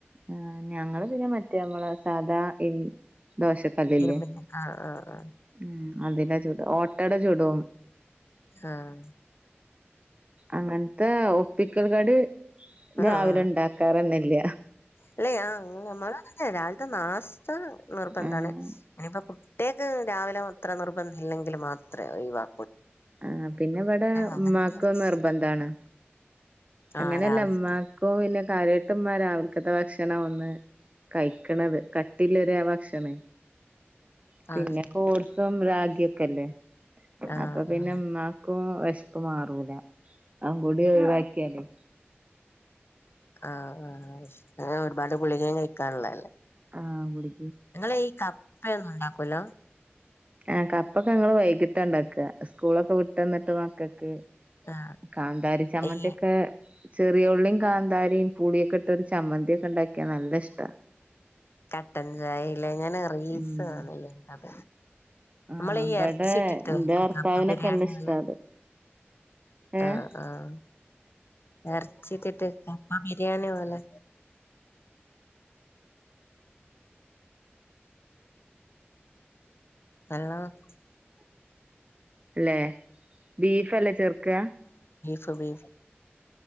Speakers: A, on the right; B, on the left.
A: ആ ഞങ്ങള് പിന്നെ മറ്റേ നമ്മള സാധാ ഇ ദോശക്കല്ലില്ലേ
B: ഇരുമ്പിന്റെ ആഹ് ആഹ്
A: ഉ അതില ചുട ഓട്ടട ചുടും
B: ആഹ
A: അങ്ങനെ ഒപ്പിക്കൽ കടി
B: ആഹ്
A: രാവിലെ
B: ആഹ്
A: ഉണ്ടാക്കാറന്നില്ല
B: അല്ലെ അങ്ങെ നമ്മള രാവിലത്തെ നാസ്ത നിർബന്ധമാണ്
A: ആഹ്
B: ഇനിയിപ്പ കുട്ടിയൊക്കെ രാവിലെ അത്ര നിർബന്ധം ഇല്ലെങ്കിൽ മാത്രമേ ഒവാ
A: ആ പിന്നെ ഇവിടെ
B: അങ്ങനത്തെ
A: ഉമ്മാക്ക് നിർബന്ധാണ്
B: ആ
A: അങ്ങനെയല്ല
B: രാവിലെ
A: അമ്മാക്കും പിന്നെ കാലഘട്ട ഉമാരാ അവർക്കത്തെ ഭക്ഷണം ഒന്ന് കഴിക്കണത് കട്ടില്ലര് ആ ഭക്ഷണേ
B: ആ
A: പിന്നെ കോഴസം രാാഗിയൊക്കെല്ലേ
B: ആ
A: അപ്പൊ പിന്നെ
B: ആ
A: അമ്മാക്ക് വിശപ്പ് മാറൂല അവൻകൂടി ഒഴിവാക്കിയാലേ
B: ആഹ ആ അങ്ങന ഒരുപാട് ഗളിക കഴിക്കാനുള്ളല്ലേ
A: ആഹ് കുടി
B: നിങ്ങള് ഈ കപ്പയൊന്നും ഉണ്ടാക്കല്ലോ
A: ആ കപ്പൊക്കെ ഞങ്ങള് വൈകിട്ട ഇണ്ടാക്ക സ്കൂളൊക്കെ വിട്ടന്നിട്ട് മക്കക്ക്
B: ആ
A: കാന്താരി ചമ്മന്തിക്കെ
B: ഈ
A: ചെറിയ ഉള്ളിയും കാന്താരിയും പുളിയൊക്കെ ഇട്ടൊ ഒരു ചമ്മന്തിയൊക്കെ ഉണ്ടാക്കിയ നല്ല ഇഷ്ടാ
B: കട്ടൻ ചായല്ലെ ങ്ങനെ റീൽസ്
A: ഉം
B: കാണല്ലേത്
A: ആഹ്
B: നമ്മളീ
A: ഇബടെ
B: എറച്ചിട്ടിട്ട്
A: ഇന്റെ
B: വെക്കും
A: ഭർത്താവിനൊക്കെ
B: കപ്പ ബിരിയാണി
A: ഇഷ്ടാ
B: നല്ല
A: അത് ഏഹ്
B: ആഹ ആഹ ഇറച്ചിക്കെട്ട് കപ്പ ബിരിയാണി പോലെ <unintelligible>
A: അല്ലെ ബീഫല്ലേ ചെറ്ക്ക്ക
B: സബീ